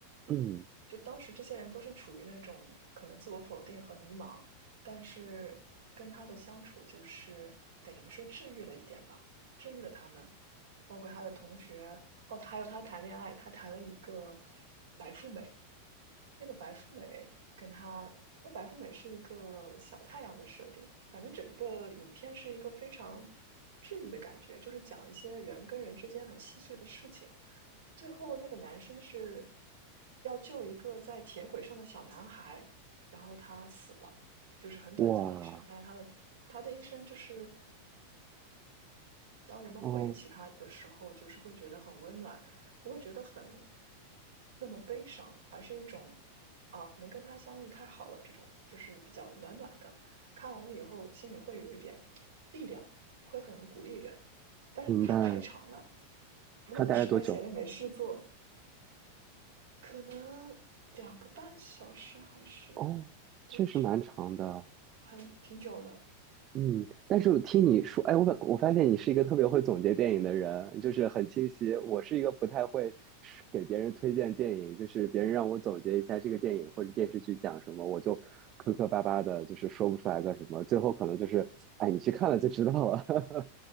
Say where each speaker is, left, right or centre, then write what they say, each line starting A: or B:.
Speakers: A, on the right (about 30°); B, on the right (about 60°).
A: 嗯，
B: 就当时这些人都是处于那种可能自我否定和迷茫，但是跟她的相处就是等于说治愈了一点吧，治愈了他们，包括她的同学，哦，她还有她谈恋爱，她谈了一个白富美，那个白富美跟她，那白富美是一个小太阳的设定，反正整个影片是一个非常治愈的感觉，就是讲一些人跟人之间很细碎的事情。最后那个男生是要救一个在铁轨上的小男孩，然后他死了，就是很短暂的一生，
A: 哇，
B: 但是他的他的一生就是当人们回忆起它的时候，
A: 哦，
B: 就是会觉得很温暖，不会觉得很那么悲伤，而是一种啊，能跟他相遇太好了，这种就是比较暖暖的。看完了以后，心里会有一点力量，会很鼓励人。但是它太长了，
A: 明白。
B: 如果你实在闲着没事做，
A: 它大概多久？
B: 可能两个半小时还是多久，
A: 哦，确实蛮长的。
B: 很挺久的。
A: 嗯，但是我听你说，哎，我发我发现你是一个特别会总结电影的人，就是很清晰。我是一个不太会是给别人推荐电影，就是别人让我总结一下这个电影或者电视剧讲什么，我就磕磕巴巴的，就是说不出来个什么，最后可能就是，哎，你去看了就知道了。<laughs>